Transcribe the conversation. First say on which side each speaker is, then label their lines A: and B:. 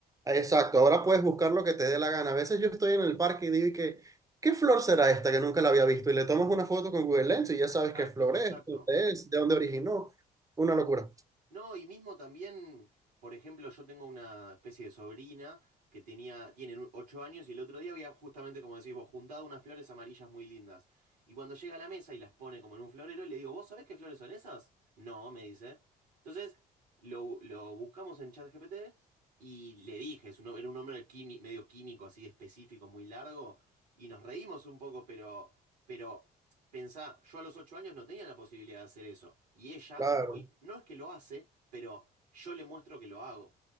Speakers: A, on the right; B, on the right.
A: Exacto, ahora puedes buscar lo que te dé la gana. A veces yo estoy en el parque y digo y que, ¿qué flor será esta que nunca la había visto? Y le tomas una foto con Google Lens y ya sabes
B: Exacto,
A: qué flor
B: exacto.
A: es, dónde es, de dónde originó. Una locura,
B: No, y mismo también, por ejemplo, yo tengo una especie de sobrina que tenía, tiene ocho años y el otro día había justamente, como decís vos, juntado unas flores amarillas muy lindas. Y cuando llega a la mesa y las pone como en un florero, le digo, ¿vos sabés qué flores son esas? No, me dice. Entonces, lo, lo buscamos en ChatGPT y le dije, es un, era un nombre quimi- medio químico, así específico, muy largo, y nos reímos un poco, pero, pero Pensá, yo a los ocho años no tenía la posibilidad de hacer eso. Y ella,
A: claro.
B: hoy, no es que lo hace, pero yo le muestro que lo hago.